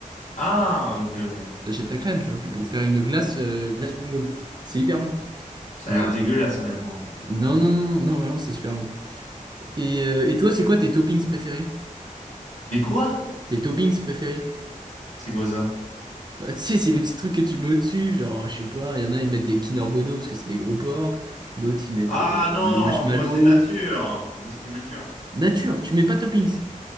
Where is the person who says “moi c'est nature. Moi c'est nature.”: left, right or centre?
Left